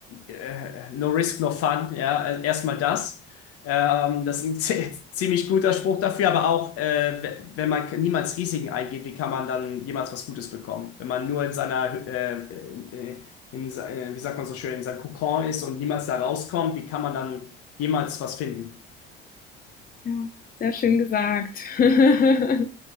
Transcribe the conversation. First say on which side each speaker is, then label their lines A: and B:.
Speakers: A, on the left (about 55°); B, on the left (about 30°).
A: äh, no risk, no fun. Ja, also erstmal das. Ähm, das ist ein zie- <laughs> ziemlich guter Spruch dafür, aber auch, äh, we- wenn man k- niemals Risiken eingeht, wie kann man dann jemals was Gutes bekommen? Wenn man nur in seiner, äh, in, äh, in, se- äh, wie sagt man so schön, in seinem Kokon ist und niemals da rauskommt, wie kann man dann jemals was finden?
B: ja, sehr schön gesagt. <laughs>